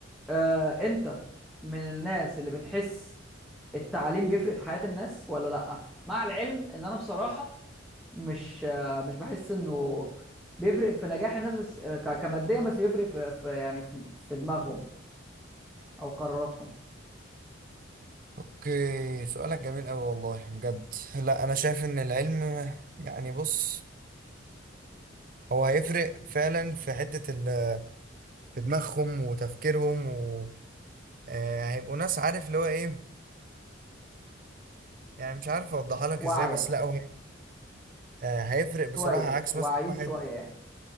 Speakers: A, in the centre; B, on the right.
A: آه انت من الناس اللي بتحس التعليم بيفرق في حياة الناس ولا لأ مع العلم ان انا بصراحة مش آه، مش بحس انه بيفرق في نجاح الناس بس آه، ك- كماديا بس بيفرق في, في يعني في, في دماغهم او قراراتهم
B: اوكي سؤالك جميل قوي والله بجد لا انا شايف ان العلم يعني بص هو هيفرق فعلا في حتة ال- في دماغهم وتفكيرهم و آه، هيبقوا ناس عارف اللي هو ايه يعني مش عارف اوضحها لك
A: واعية
B: ازاي بس لا هو هي- آه، هيفرق بصراحة
A: شوية
B: عكس
A: واعيين
B: مثلا واحد
A: شوية يعني